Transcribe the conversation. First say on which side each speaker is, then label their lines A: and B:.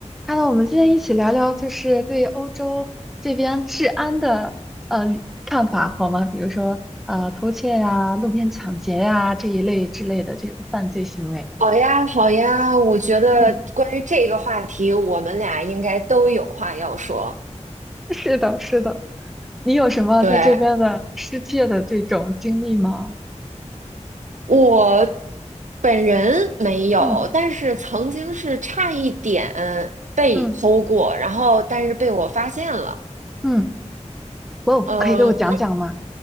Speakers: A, in the centre; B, on the right.
A: Hello，我们今天一起聊聊，就是对欧洲这边治安的呃看法好吗？比如说呃偷窃呀、路边抢劫呀这一类之类的这种犯罪行为。
B: 好呀，好呀，我觉得关于这个话题，
A: 嗯，
B: 我们俩应该都有话要说。
A: 是的，是的。你有什么在这边的失窃的这种经历吗？
B: 对，我本人没有，
A: 嗯
B: 但是曾经是差一点被偷过，
A: 嗯
B: 然后但是被我发现了。
A: 嗯，哦，
B: 嗯、
A: 可以给我讲讲吗？